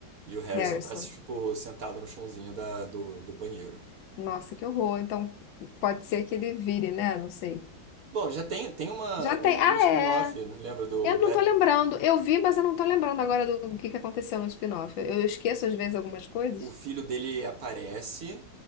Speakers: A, on the right; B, on the left.
A: E o Harrison
B: Harrison.
A: tá, tipo, sentado no chãozinho da, do, do banheiro.
B: Nossa, que horror. Então pode ser que ele vire, né? Não sei.
A: Bom, já tem, tem uma,
B: Já
A: um,
B: tem. Ah,
A: um spin-off,
B: é.
A: né? lembra do
B: Eu não
A: Bad
B: tô lembrando. Eu vi, mas eu não tô lembrando agora do que que aconteceu no spin-off. Eu eu esqueço às vezes algumas coisas.
A: O filho dele aparece